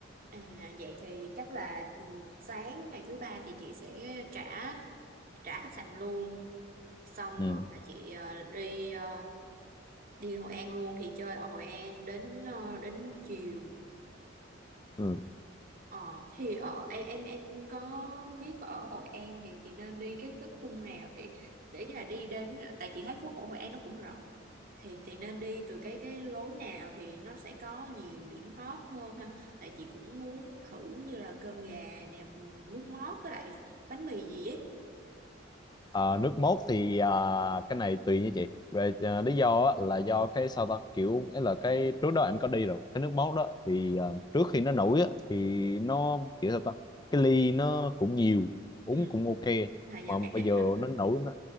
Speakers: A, on the right; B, on the left.
A: À, vậy thì chắc là ừ, sáng ngày thứ ba thì chị sẽ trả trả khách sạn luôn xong
B: ừ.
A: rồi là chị ờ, đi ờ, đi Hội An luôn thì chơi ở Hội An đến ờ, đến chiều
B: ừ.
A: Ờ, thì ở em em em có biết ở Hội An thì thì nên đi cái cái khung nào để để cái là đi đến tại chị thấy phố cổ Hội An nó cũng rộng thì thì nên đi từ cái cái lối nào thì nó sẽ có nhiều điểm hot hơn ha tại chị cũng muốn thử như là cơm gà nè ừm, nước mót với lại bánh mì gì ấy
B: Ờ, nước mốt thì à, cái này tùy nha chị về à, lý do á, là do cái sao ta kiểu ấy là cái trước đó em có đi rồi cái nước mốt đó thì à, trước khi nó nổi á, thì nó kiểu sao ta cái ly nó cũng nhiều uống
A: ừ
B: cũng ok
A: mà giờ
B: mà
A: càng
B: bây
A: ít
B: giờ
A: hả
B: nó nổi nó,